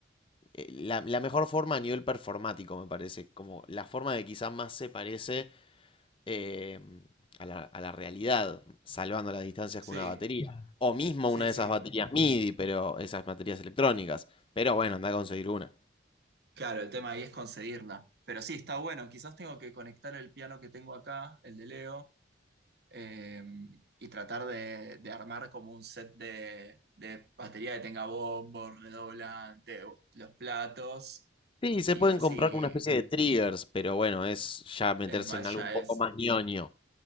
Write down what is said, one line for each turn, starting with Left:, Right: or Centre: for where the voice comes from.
Left: eh, la, la mejor forma a nivel performático, me parece. Como la forma de quizá más se parece eh, a la, a la realidad, salvando las distancias
Right: sí,
Left: con una batería. Claro. O mismo
Right: sí,
Left: una de
Right: sí.
Left: esas baterías MIDI, pero esas baterías electrónicas. Pero bueno, anda a conseguir una.
Right: Claro, el tema ahí es conseguirla. Pero sí, está bueno. Quizás tengo que conectar el piano que tengo acá, el de Leo, eh, y tratar de, de armar como un set de, de batería que tenga bombo, redoblante, los platos
Left: Sí, se
Right: y
Left: pueden
Right: ver
Left: comprar
Right: si
Left: con una especie de triggers, pero bueno, es ya meterse
Right: Smash
Left: en algo
Right: ya
Left: un poco
Right: es
Left: más ñoño.